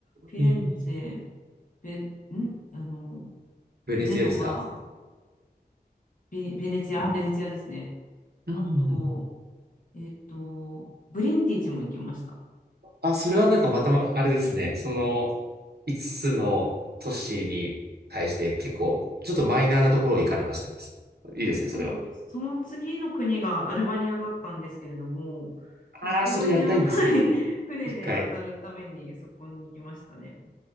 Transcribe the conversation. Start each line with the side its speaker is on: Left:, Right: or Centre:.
Left: フィレンツェ、
Right: うん
Left: ベ、んあの、
Right: ベネツィアですか
Left: ジェノバ、ベ、ベネチア、
Right: うん
Left: あベネチアですね。
Right: うんうん
Left: あと、えっと、ブリンティチも行きました。
Right: あ、それはなんかまた、あれですね、その、5つつの都市に対して結構、ちょっとマイナーなところを行かれましたです。いいですね、それは。
Left: そう、その次の国がアルバニアだったんですけれども、そのアルバニア、
Right: ああ、それやりたいんですよね。
Left: はい、船で渡るためにそこに行きましたね。
Right: 一回。